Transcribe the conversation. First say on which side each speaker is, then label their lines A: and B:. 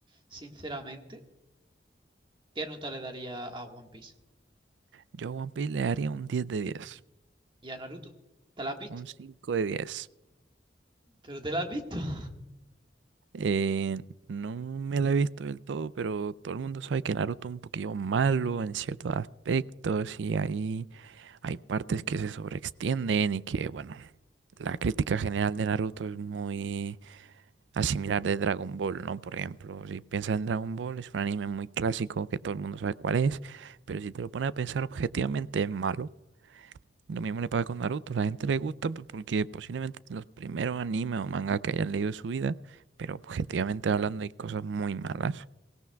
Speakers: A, on the right; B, on the right.
A: sinceramente, ¿qué nota le daría a One Piece?
B: Yo a One Piece le daría un 10 de 10,
A: ¿Y a Naruto? ¿Te la has visto?
B: un 5 de 10.
A: ¿Pero te la has visto? <laughs>
B: Eh, no me la he visto del todo, pero todo el mundo sabe que Naruto es un poquillo malo en ciertos aspectos y ahí hay partes que se sobreextienden y que, bueno, la crítica general de Naruto es muy asimilar de Dragon Ball, ¿no? Por ejemplo, si piensas en Dragon Ball, es un anime muy clásico que todo el mundo sabe cuál es, pero si te lo pones a pensar objetivamente es malo. Lo mismo le pasa con Naruto. La gente le gusta pues, porque posiblemente los primeros animes o mangas que hayan leído en su vida, pero objetivamente hablando hay cosas muy malas.